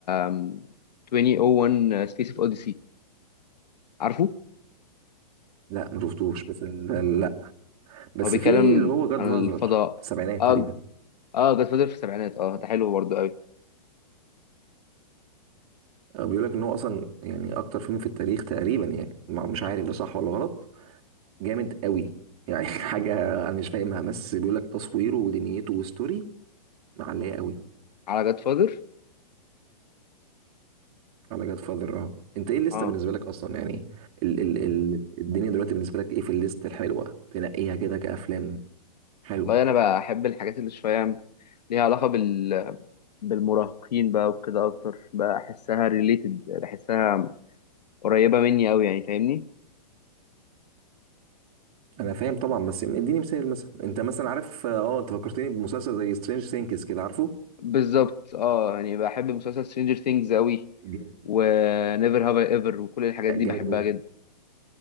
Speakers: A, on the left; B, on the right.
A: آم، 2001 سبيس اوف اوديسي عارفه
B: لا ما شفتوش بس ال... لا بس
A: هو بيتكلم
B: في اللي هو جاد
A: عن
B: فازر
A: الفضاء
B: في السبعينات
A: اه
B: تقريبا
A: اه جاد فاذر في السبعينات اه ده حلو برضو قوي
B: بيقول لك ان هو اصلا يعني اكتر فيلم في التاريخ تقريبا يعني ما- مش عارف ده صح ولا غلط جامد قوي يعني <laughs> حاجه انا مش فاهمها بس بيقول لك تصويره ودنيته وستوري معليه قوي
A: على جاد فاذر
B: على جاد فاذر اه انت ايه الليسته
A: اه
B: بالنسبه لك اصلا يعني ال ال ال الدنيا دلوقتي بالنسبه لك ايه في الليسته الحلوه تنقيها كده كافلام حلوه
A: والله انا بحب الحاجات اللي شويه ليها علاقه بال بالمراهقين بقى وكده اكتر بقى احسها ريليتد بحسها قريبه مني قوي يعني فاهمني
B: انا فاهم طبعا بس اديني مثال مثلا انت مثلا عارف اه انت فكرتني بمسلسل زي سترينج ثينكس كده عارفه
A: بالظبط اه يعني بحب مسلسل سترينجر ثينجز قوي
B: جامد
A: ونيفر هاف ايفر وكل الحاجات دي
B: جامد
A: بحبها
B: قوي
A: جدا